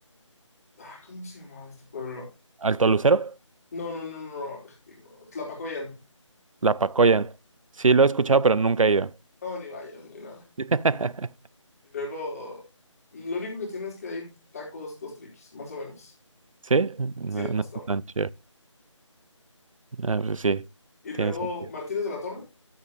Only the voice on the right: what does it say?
¿Alto Lucero?
La Pacoyan. Sí, lo he escuchado, pero nunca he ido.
<laughs>
¿Sí? No,
no
es tan chido. Ah, pues sí,
tiene
sentido.